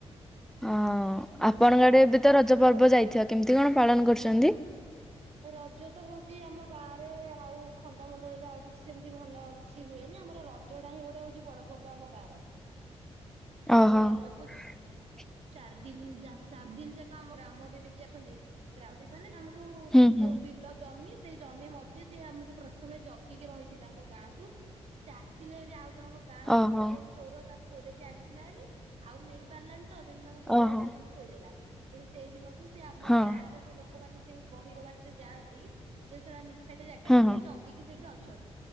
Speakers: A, in the centre; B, on the right.
A: ହଁ
B: ନର୍ସିଂ
A: ଆପଣଙ୍କ
B: କରିବେ ତାହେଲେ।
A: ଆଡେ ଏବେତ ରଜ ପର୍ବ ଯାଇଥିବ କେମିତି କଣ ପାଳନ କରୁଚନ୍ତି?
B: ରଜ ତ ହଉଚି ଆମ ଗାଁ ରେ ଆଉ ଖଣ୍ଡମଣ୍ଡଳରେ ଆଉ କିଛି ସେମିତି ଭଲ କିଛି ହୁଏନି ଆମର ରଜଟା ହିଁ ଗୋଟେ ହଉଚି ବଡ ପର୍ବ ଆମ ଗାଁର।
A: <unintelligible>
B: ଏଣୁ ରଜକୁ
A: <unintelligible>
B: ଚ୍ ଚାରି ଦିନ୍ ଯା ଚାରି ଦିନ୍ ଯାକ ଆମ ଗ୍ରାମ ଦେବୀ ଯିଏ ଅଛନ୍ତି ଗ୍ରା--ବୀ ମାନେ ଯିଏ ଆମକୁ
A: ହୁଁ
B: ଯୋଉ
A: ହୁଁ
B: ବିଲ ଜମି ସେଇ ଜମି ମଝିରେ ସିଏ ଆମୁକୁ ପ୍ରଥମେ ଜଗିକି ରହିଥିଲେ ଆମ ଗାଁକୁ। ସିଏ ଆସିଲେ ଏଠି ଆଉ ଜଣକ ଗାଁରୁ
A: ଓହୋ
B: ଗୋଟେ ଚୋର ତାର ଚୋରଇକି ଆଣିଥିଲାହାରି ଆଉ ନେଇ ପାରିଲାନି ତ ତେଣୁ ତାଙ୍କୁ ଗହିର
A: ଓହୋ
B: ମଝିରେ ଥୋଇଦଲା ତେଣୁ ସେଇ ଦିନଠୁ ସେ ଆମ
A: ହଁ
B: ଗାଁର ଯୋଉ ଲୋକମାନେ ସେଇ ଗହିର ବାଟେରେ ଯାଆନ୍ତି ଯୋଉ ଛଡା ନିଛାଟିଆ ଜାଗା
A: ହଁ
B: ଟା
A: ହଁ
B: ସିଏ ଜଗିକି ସେଠି ଅଛନ୍ତି।